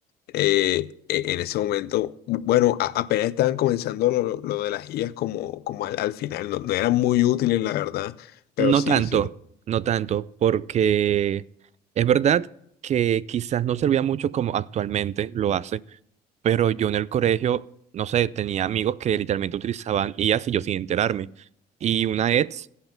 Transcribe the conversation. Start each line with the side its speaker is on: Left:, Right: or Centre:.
Left: eh, e- en ese momento, bueno, a- apenas estaban comenzando lo, lo lo de las guías como, como al, al final, no, no eran muy útiles, la verdad, pero
Right: No
Left: sí,
Right: tanto,
Left: sí.
Right: no tanto, porque es verdad que quizás no servía mucho como actualmente lo hace, pero yo en el colegio, no sé, tenía amigos que literalmente utilizaban IAs y yo sin enterarme. Y una ex